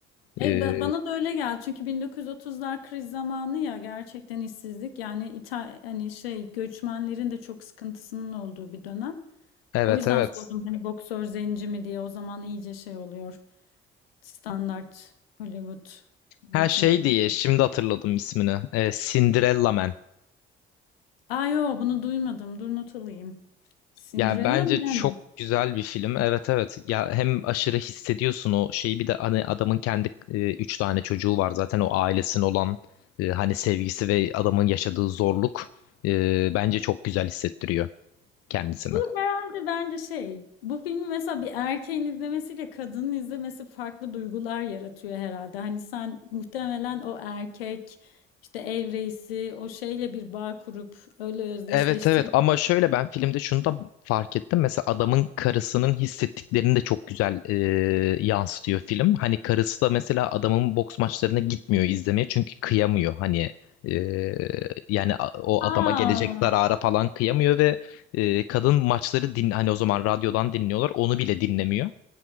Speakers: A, on the left; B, on the left.
A: E,
B: Ee,
A: ba- bana da öyle geldi. Çünkü 1930'lar kriz zamanı ya gerçekten işsizlik. Yani İta hani şey göçmenlerin de çok sıkıntısının olduğu bir dönem.
B: evet
A: O yüzden
B: evet.
A: sordum hani boksör zenci mi diye. O zaman iyice şey oluyor. Standart Hollywood
B: Her
A: rutinleri.
B: şey diye şimdi hatırladım ismini. Ee, Cinderella Man.
A: Aa yo bunu duymadım. Dur not alayım. Cinderella
B: Yani bence
A: Man.
B: çok güzel bir film. Evet evet. Ya hem aşırı hissediyorsun o şeyi bir de hani adamın kendi e, üç tane çocuğu var zaten o ailesinin olan e, hani sevgisi ve adamın yaşadığı zorluk e, bence çok güzel hissettiriyor kendisini.
A: Bu herhalde bence şey. Bu filmi mesela bir erkeğin izlemesiyle kadının izlemesi farklı duygular yaratıyor herhalde. Hani sen muhtemelen o erkek işte ev reisi o şeyle bir bağ kurup öyle özdeşleştirip.
B: Evet evet ama şöyle ben filmde şunu da fark ettim. Mesela adamın karısının hissettiklerini de çok güzel e, yansıtıyor film. Hani karısı da mesela adamın boks maçlarına gitmiyor izlemeye çünkü kıyamıyor. Hani e, yani a- o
A: Aa
B: adama gelecek zarara falan kıyamıyor ve e, kadın maçları din hani o zaman radyodan dinliyorlar onu bile dinlemiyor.